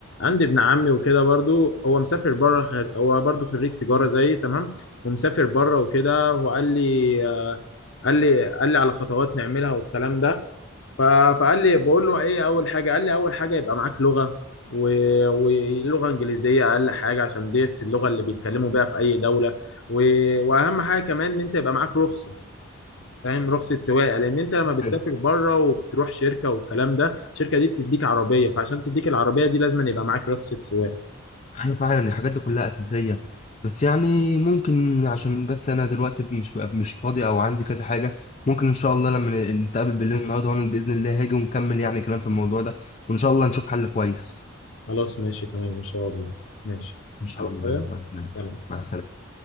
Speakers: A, on the left; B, on the left.
A: عندي ابن عمي وكده برضو هو مسافر بره خر... هو برضو خريج تجاره زيي تمام ومسافر بره وكده وقال لي آه، قال لي قال لي على خطوات نعملها والكلام ده ف- فقال لي بقول له ايه اول حاجه قال لي اول حاجه يبقى معاك لغه و- ولغه انجليزيه اقل حاجه عشان ديت اللغه اللي بيتكلموا بيها في اي دوله و- واهم حاجه كمان ان انت يبقى معاك رخصه فاهم رخصه سواقه لان انت لما بتسافر
B: لا
A: بره وبتروح شركه والكلام ده الشركه دي بتديك عربيه فعشان تديك العربيه دي لازم يبقى معاك رخصه سواقه
B: ايوه فعلا الحاجات دي كلها اساسيه بس يعني ممكن عشان بس انا دلوقتي في- مش مش فاضي او عندي كذا حاجه ممكن ان شاء الله لما نتقابل بالليل النهارده وانا باذن الله هاجي ونكمل يعني كلام في الموضوع ده وان شاء الله نشوف حل كويس
A: خلاص ماشي تمام ان شاء الله ماشي
B: ان شاء
A: عايز
B: الله
A: حاجه
B: يلا، مع السلامه
A: سلام
B: مع السلامه